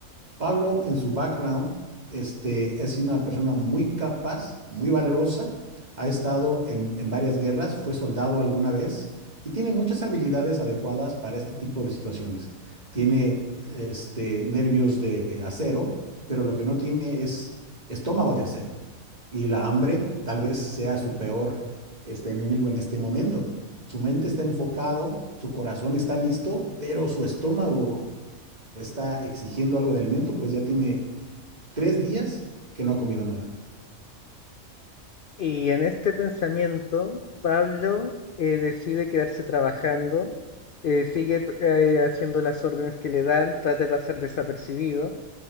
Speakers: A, on the right (about 30°); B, on the left (about 55°).
A: Pablo, en su background, este, es una persona muy capaz, muy valerosa, ha estado en, en varias guerras, fue soldado alguna vez y tiene muchas habilidades adecuadas para este tipo de situaciones. Tiene este, nervios de acero, pero lo que no tiene es estómago de acero. Y la hambre tal vez sea su peor este, enemigo en este momento. Su mente está enfocado, su corazón está listo, pero su estómago está exigiendo algo de alimento, pues ya tiene tres días que no ha comido nada.
B: Y en este pensamiento, Pablo eh, decide quedarse trabajando, eh, sigue t- eh, haciendo las órdenes que le dan, trata de pasar desapercibido